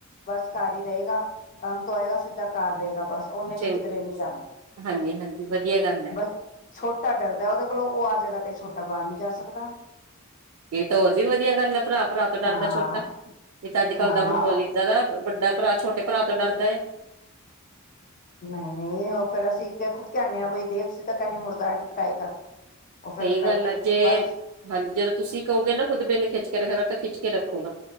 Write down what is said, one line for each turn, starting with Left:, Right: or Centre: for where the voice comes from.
Left: ਬਸ ਘਰ ਈ ਰਹੇਗਾ। ਕੰਮ ਤੋਂ ਆਏਗਾ ਸਿੱਧਾ ਘਰ ਰਹੇਗਾ ਬਸ। ਉਹਨੇ
Right: ਚੰ
Left: ਵੀ ਕਿਧਰੇ ਨੀ ਜਾਣਾ,
Right: ਹਾਂਜੀ ਹਾਂਜੀ ਵਧੀਆ ਗੱਲ ਹੈ
Left: ਬਸ ਛੋਟਾ ਡਰਦਾ ਉਹਦੇ ਕੋਲੋਂ ਉਹ ਆ ਜਗ੍ਹਾ ਤੇ ਛੋ ਛੋਟਾ ਬਾਹਰ ਨੀ ਜਾ ਸਕਦਾ।
Right: ਇਹ ਤਾਂ ਹੋਰ ਵੀ ਵਧੀਆ ਗੱਲ ਹੈ ਭਰਾ-ਭਰਾ ਤੋਂ ਡਰਦਾ
Left: ਹਾਂ
Right: ਛੋਟਾ, ਇਹ ਤਾਂ ਅੱਜ-ਕੱਲ
Left: ਹਾਂ
Right: ਦਾ ਮਾਹੌਲ ਇਦਾਂ ਦਾ ਵੱਡਾ ਭਰਾ ਛੋਟੇ ਭਰਾ ਤੋਂ ਡਰਦਾ ਹੈ।
Left: ਨਹੀਂ ਨਹੀਂ ਉਹ ਫੇਰ ਅਸੀਂ ਖੁਦ ਕਹਨੇ ਹਾਂ ਬਈ ਦੇਖ ਸਿੱਧਕ ਏ ਨਹੀ ਮੁੜਦਾ ਏਦੀ ਪਿਟਾਈ ਕਰ। ਉਹ
Right: ਸਹੀ
Left: ਫੇਰ
Right: ਗੱਲ ਹੈ ਜੇ
Left: ਬਸ
Right: ਹਾਂਜੀ ਜਦੋਂ ਤੁਸੀਂ ਕਹੋਗੇ ਨਾ ਖੁਦ ਬਿਨ ਖਿੱਚ ਰੱਖਿਆ ਕਰ ਤਾਂ ਖਿੱਚ ਕੇ ਰੱਖੂਗਾ